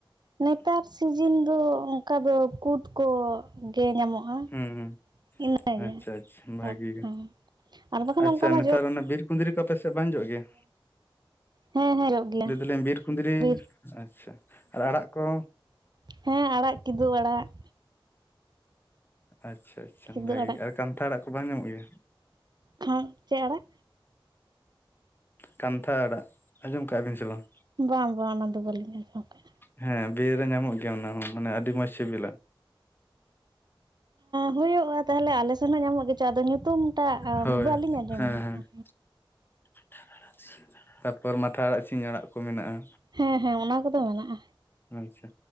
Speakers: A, on the right; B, on the left.
A: ᱱᱮᱛᱟᱨ ᱥᱤᱡᱤᱱ ᱫᱚ ᱚᱱᱠᱟ ᱫᱚ ᱠᱩᱫ ᱠᱚᱜᱮ ᱧᱟᱢᱚᱜᱼᱟ
B: ᱦᱩᱸ ᱦᱩᱸ
A: ᱾ ᱤᱱᱟᱹᱜᱮ
B: ᱟᱪᱪᱷᱟ ᱟᱪᱪᱷᱟ
A: ᱛᱟᱨᱯᱚᱨᱮ
B: ᱵᱷᱟᱜᱤ ᱜᱮ
A: ᱟᱨ ᱵᱟᱠᱷᱟᱱ
B: ᱟᱪᱪᱷᱟ
A: ᱚᱱᱠᱟ ᱢᱟ
B: ᱱᱮᱛᱟᱨ
A: ᱡᱚᱢ
B: ᱚᱱᱟ ᱵᱤᱨ ᱠᱩᱸᱫᱽᱨᱤ ᱠᱚ ᱟᱯ ᱥᱮᱫ ᱵᱟᱝ ᱡᱚᱜ ᱜᱮᱭᱟ
A: ᱦᱮᱸ ᱦᱮᱸ ᱡᱚᱜ ᱜᱮᱭᱟ
B: ᱞᱟᱹᱭ ᱫᱟᱞᱤᱧ ᱵᱤᱨ ᱠᱩᱸᱫᱽᱨᱤ
A: ᱵᱤᱨ
B: ᱾ ᱟᱪᱪᱷᱟ, ᱟᱨ ᱟᱲᱟᱜ ᱠᱚ?
A: ᱦᱮᱸ, ᱟᱲᱟᱜ ᱠᱤᱫᱩ ᱟᱲᱟᱜ ᱾
B: ᱟᱪᱪᱷᱟ ᱟᱪᱪᱷᱟ
A: ᱠᱤᱫᱩᱵ
B: ᱾ ᱵᱷᱟᱹᱜᱤ ᱜᱮ ᱟᱨ ᱠᱟᱱᱛᱷᱟ ᱟᱲᱟᱜ ᱠᱚ ᱵᱟᱝ ᱧᱟᱢᱚᱜ ᱜᱮᱭᱟ?
A: ᱠᱷᱟᱱ ᱪᱮᱫ ᱟᱲᱟᱜ?
B: ᱠᱟᱱᱛᱷᱟ ᱟᱲᱟᱜ ᱟᱸᱡᱚᱢ ᱠᱟᱜ ᱵᱤᱱ ᱥᱮ ᱵᱟᱝ?
A: ᱵᱟᱝ ᱵᱟᱝ ᱚᱱᱟᱫᱚ ᱵᱟᱹᱞᱤᱧ ᱟᱸᱡᱚᱢ ᱠᱟᱜᱼᱟ
B: ᱦᱮ ᱵᱤᱨ ᱨᱮ ᱧᱟᱢᱚᱜ ᱜᱮᱭᱟ ᱚᱱᱟ ᱦᱚ ᱢᱟᱱᱮ ᱟᱹᱰᱤ ᱢᱚᱡ ᱥᱮᱵᱮᱞᱟ᱾
A: ᱦᱳᱭᱳᱜᱼᱟ ᱛᱟᱦᱞᱮ ᱟᱞᱮᱥᱮᱱ ᱦᱚ ᱧᱟᱢᱚᱜ ᱜᱮᱪᱚ ᱟᱫᱚ ᱧᱩᱛᱩᱢ ᱴᱟᱹᱜ
B: ᱦᱳᱭ᱾
A: ᱵᱟᱹᱞᱤᱧ ᱟᱸᱡᱚᱢ
B: ᱦᱮᱸ
A: ᱠᱟᱜ-ᱟ
B: <unintelligible> ᱛᱟᱨᱯᱚᱨ ᱢᱟᱴᱷᱟ ᱟᱲᱟᱹᱜ ᱥᱤᱧ ᱟᱲᱟᱹᱜ ᱠᱚ ᱢᱮᱱᱟᱜᱼᱟ
A: ᱦᱮᱸ ᱦᱮᱸ ᱚᱱᱟ ᱠᱚᱫᱚ ᱢᱮᱱᱟᱜᱼᱟ
B: ᱟᱪᱪᱷᱟ